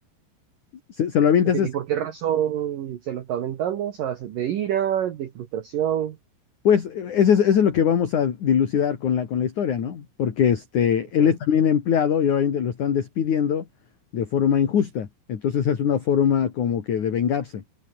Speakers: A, on the left; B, on the right.
A: se, se lo avientas,
B: ok, ¿y
A: es-
B: por qué razón se lo está aventando? O sea, ¿de ira, de frustración?
A: pues eso es, eso es lo que vamos a dilucidar con la, con la historia, ¿no? Porque este,
B: Ok,
A: él es también empleado y obviamente lo están despidiendo de forma injusta. Entonces es una forma como que de vengarse,